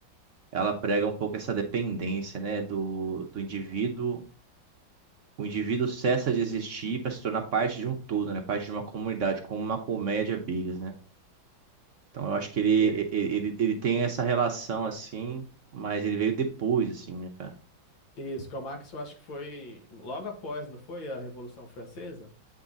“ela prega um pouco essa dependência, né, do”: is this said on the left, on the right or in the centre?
Right